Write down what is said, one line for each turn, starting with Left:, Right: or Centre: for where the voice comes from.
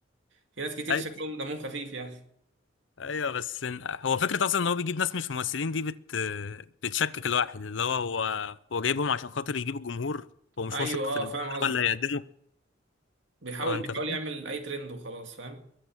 Right: في ناس كتير
Left: اي
Right: شكلهم دمهم خفيف يعني
Left: ايوه بس إن- هو فكره اصلا ان هو بيجيب ناس مش ممثلين دي بت بتشكك الواحد اللي هو هو هو جايبهم عشان خاطر يجيب الجمهور هو مش
Right: ايوه
Left: واثق في
Right: اه
Left: المحتوى
Right: فاهم قصدك
Left: اللي هيقدمه
Right: بيحاول
Left: هو انت
Right: بيحاول
Left: فاهم
Right: يعمل اي ترند وخلاص فاهم